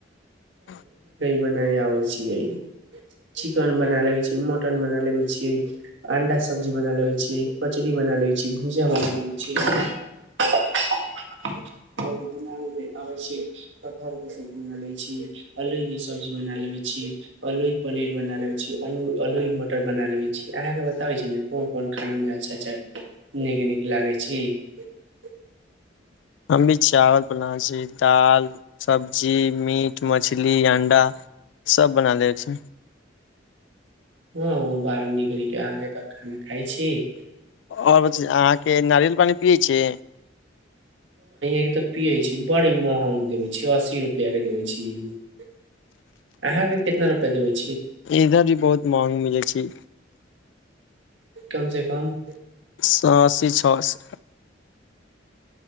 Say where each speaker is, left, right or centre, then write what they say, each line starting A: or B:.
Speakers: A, on the left; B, on the right.
A: <unintelligible>
B: ब नहि आबै छियै। <unintelligible> चिकन बना लेबै छियै मटन बना लेबै छियै अंडा सब्जी बना लेबै छियै कचरी बना लै छियै भुजिया बना लेबै छियै। <unintelligible> आओर बनाबयमे आबै छै कटहरके सबजी बना लै छियै अलोइके सब्जी बना लेै छियै अलोइ पनीर बना लेबै छीियै अल अलोइ मटर बना लेै छी अहाँकेँ बताबै छी ने कोन- कोन खानामे अच्छा अच्छा नीक नीक लागै छै। <unintelligible>
A: हमहु चावल बलाजी दाल सब्जी मीट मछल। <unintelligible> इटली अण्डा सब बना लै छै। <unintelligible>
B: हँ बाहर निक- निक अहाँके तऽ खाना खाइ छी। नारिय
A: आओर बतै अहाँके नारियल पानी पियै छियै
B: हँ तऽ। <unintelligible> पियै छी बड़ी महग देवे छी अस्सी रुपआ के देवै छी। <unintelligible> अहाँ के कितना रुपआ देबै। <unintelligible>
A: इधर भी बहुत माग मिलै छै।
B: कम से कम। <unintelligible>
A: सए अशी छओ सए। <unintelligible>